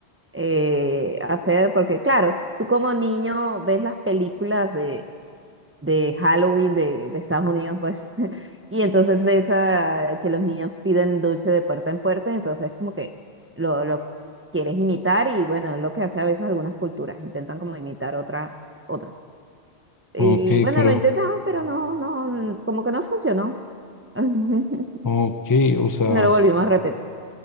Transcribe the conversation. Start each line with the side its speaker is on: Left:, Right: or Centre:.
Right: eh, hacer, porque claro, tú como niño ves las películas de de Halloween de, de Estados Unidos, pues, <laughs> y entonces ves a, que los niños piden dulce de puerta en puerta, entonces como que lo, lo quieres imitar y bueno, es lo que hace a veces algunas culturas, intentan como imitar otras, otras. Y
Left: Ok,
Right: bueno,
Left: pero,
Right: lo intentamos, pero no, no, como que no funcionó. <laughs>
Left: ok, o sea,
Right: Y no lo
Left: o
Right: volvimos a repetir.